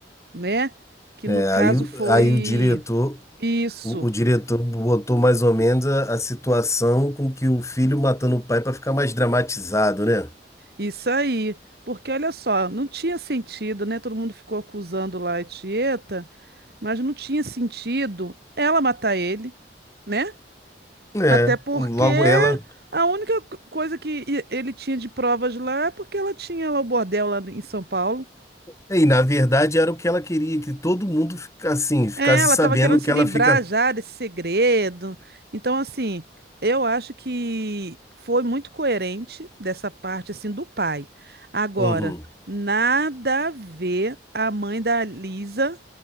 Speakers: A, on the right; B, on the left.
A: né? Que
B: É,
A: no caso
B: aí, o-
A: foi
B: aí o diretor.
A: isso,
B: O, o diretor botou mais ou menos a, a situação com que o filho matando o pai para ficar mais dramatizado, né?
A: isso aí. Porque olha só, não tinha sentido, né? Todo mundo ficou acusando lá a Tieta, mas não tinha sentido ela matar ele, né?
B: É,
A: Até porque
B: logo ela.
A: a única co- coisa que e- ele tinha de provas lá é porque ela tinha lá o bordel lá em São Paulo.
B: é, E na verdade era o que ela queria, que todo mundo ficasse assim, ficasse
A: É, ela
B: sabendo
A: estava querendo se
B: que ela
A: livrar
B: fica.
A: já desse segredo. Então, assim, eu acho que foi muito coerente dessa parte, assim, do pai. Agora,
B: Uhum.
A: nada a ver a mãe da Lisa